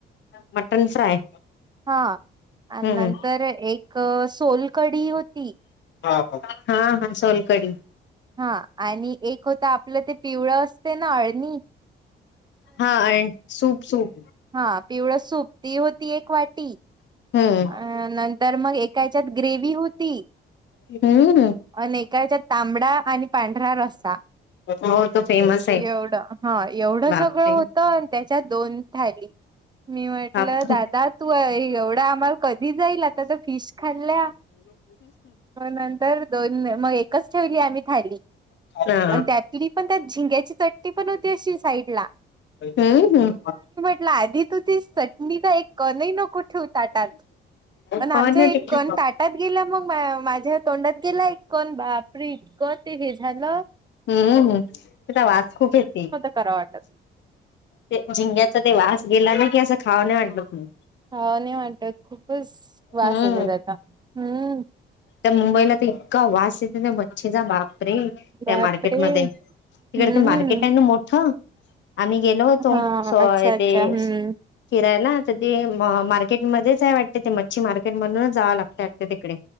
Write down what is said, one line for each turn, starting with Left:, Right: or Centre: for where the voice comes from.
Left: मटन फ्राय
Right: हा आणि
Left: हम्म
Right: नंतर एक सोलकढी होती
Left: हा हा सोलकडी
Right: हा आणि एक होत आपलं ते पिवळं असते ना अळणी
Left: हा सूप सूप
Right: हा पिवळं सूप ती होती एक वाटी
Left: हम्म
Right: अ नंतर मग एकाच्यात ग्रेवी होती
Left: हम्म
Right: अ नेकाळच्या तांबडा आणि पांढरा रसा
Left: हो तो फेमस आहे
Right: एवढ ह एवढं
Left: बापरे
Right: सगळं होतं त्याच्या दोन थाली मी म्हटल
Left: बापरे
Right: दादा तू एवढं आम्हाला क ई जाईल आता तर फिश खाल्ल्या म नंतर दोन मग कस ठेवली आम्ही खायली
Left: हा
Right: आणि त्यातली पण त्यात झिंग्याची चटणी पण होते असशी साईड ला.
Left: हम्म, हम्म.
Right: आधी तुती त्या चटणीचा एक कनही ठेवु ताटा टात आणि
Left: हो
Right: आमच्या
Left: ना
Right: एक
Left: ते
Right: कोण ताटात गेला मग माझ्या तोंडात गेला एक कोण बा परे इतक ते हे झालं
Left: हम्म, हम्म, त्याचा वास खूप येते.
Right: करा वाटत.
Left: ते झिंग्याचा ते वास गेला नाही की असं खावा नाही वाटलं म्हणून.
Right: खावा नाही वाटत खूपच वास
Left: हम्म
Right: येते त्याचा, हम्म.
Left: त्या मुंबईला तर इतका वास येते त्या मच्छीचा बाप त्या
Right: बापरे
Left: मार्केट मध्ये तिकडे
Right: हम्म
Left: तर मार्केट आहे ना मोठं आम्ही गेलो सोय
Right: हा अच्छा अच्छा
Left: ते
Right: हम्म
Left: फिरायला तर ते मार्केटमध्येच आहे वाटते ते मच्छी मार्केट मधूनच जावं लागतं तिकडे.